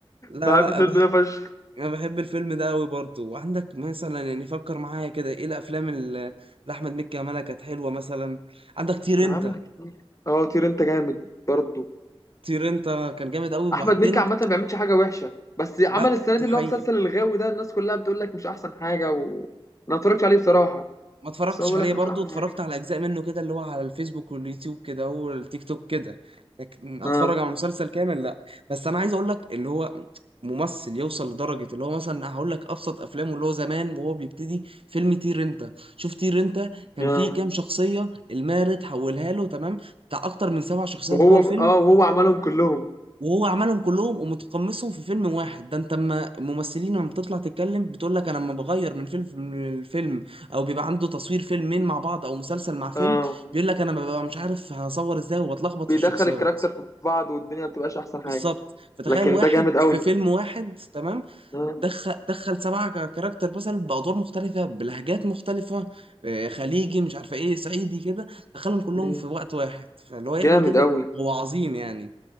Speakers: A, on the right (about 65°); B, on the left (about 30°).
A: لا
B: بحب
A: لا
B: الفيلم
A: أنا بح-
B: ده فشخ
A: انا بحب الفيلم ده قوي برضه وعندك مثلا يعني فكر معايا كده ايه الافلام اللي اللي احمد مكي عملها كانت حلوه مثلا عندك طير
B: كان
A: انت
B: عامل حاجات كتير. اه طير انت جامد برضو
A: طير انت كان جامد قوي وبعدين
B: احمد مكي عامه ما بيعملش حاجه وحشه بس عمل
A: لا
B: السنه
A: دي
B: دي
A: حقيقة
B: اللي هو مسلسل الغاوي ده الناس كلها بتقول لك مش احسن حاجه و... انا ما اتفرجتش عليه بصراحه
A: ما اتفرجتش
B: بس هو بيقول
A: عليه
B: لك مش
A: برضو
B: احسن
A: اتفرجت
B: حاجه
A: على اجزاء منه كده اللي هو على الفيسبوك واليوتيوب كده والتيك توك كده لكن اتفرج
B: اه
A: على مسلسل كامل لا بس انا عايز اقول لك اللي هو ممثل يوصل لدرجة اللي هو مثلا هقول لك ابسط افلامه اللي هو زمان وهو بيبتدي فيلم طير انت شوف طير انت كان
B: اه
A: فيه كام شخصية المارد حولها له تمام بتاع اكتر من سبع شخصيات
B: وهو
A: جوه الفيلم
B: ب... اه وهو عملهم كلهم
A: وهو عملهم كلهم ومتقمصهم في فيلم واحد ده انت اما الممثلين لما بتطلع تتكلم بتقول لك انا لما بغير من فيلم من الفيلم او بيبقى عنده تصوير فيلمين مع بعض او مسلسل مع فيلم
B: اه
A: بيقول لك انا ببقى مش عارف هصور ازاي وبتلخبط
B: بيدخل
A: في الشخصيات
B: الكاركتر في بعض والدنيا ما بتبقاش احسن حاجه
A: بالظبط فتخيل
B: لكن
A: واحد
B: ده جامد قوي
A: في فيلم واحد تمام
B: اه
A: دخل دخل سبعة ك- كاركتر مثلا بأدوار مختلفة بلهجات مختلفة آه، خليجي مش عارفة ايه صعيدي كده دخلهم كلهم
B: آه.
A: في وقت واحد فاللي هو يعمل
B: جامد
A: كده
B: قوي
A: هو عظيم يعني